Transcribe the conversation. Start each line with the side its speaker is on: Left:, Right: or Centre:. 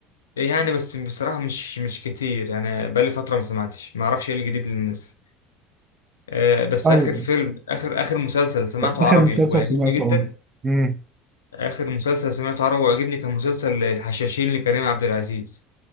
Left: يعني بس بصراحة مش مش كتير يعني بقالي فترة ما سمعتش ما اعرفش ايه الجديد اللي نزل آه بس
Right: ايوه
Left: اخر فيلم اخر اخر مسلسل سمعته
Right: طب اخر
Left: عربي
Right: مسلسل
Left: وعجبني
Right: سمعته
Left: جدا
Right: اه امم
Left: اخر مسلسل سمعته عربي وعجبني كان مسلسل الحشاشين لكريم عبد العزيز